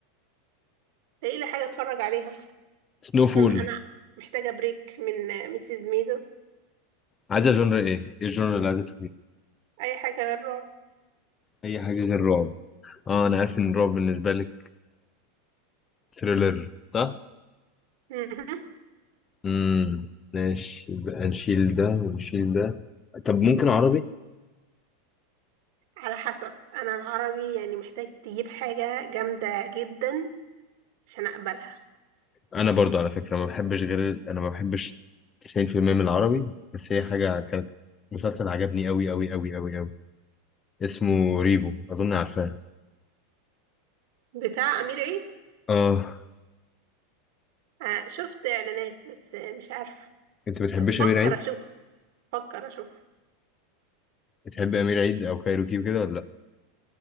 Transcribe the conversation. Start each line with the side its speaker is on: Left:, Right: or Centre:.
Right: ايه لي حاجه اتفرج عليها
Left: سنو فول
Right: عشان انا محتاجه بريك من آه، ميسيز ميزو
Left: عايزه جنر ايه ايه الجنر اللي عايزه تشوفيه
Right: اي حاجه غير رعب
Left: اي حاجه غير رعب اه انا عارف ان الرعب بالنسبه لك ثريلر صح
Right: مهم.
Left: امم ماشي يبقى نشيل ده ونشيل ده طب ممكن عربي
Right: على حسب انا العربي يعني محتاج تجيب حاجه جامده جدا عشان اقبلها
Left: انا برضو على فكرة ما بحبش غير انا ما بحبش 90% من العربي بس هي حاجة كانت مسلسل عجبني قوي قوي قوي قوي قوي اسمه ريفو اظن عارفاه
Right: بتاع امير عيد
Left: اه
Right: آه، شفت اعلانات بس آه، مش عارفه
Left: انت بتحبش
Right: يعني بفكر
Left: امير عيد
Right: اشوف بفكر اشوف
Left: بتحب امير عيد او كايروكي وكده ولا لا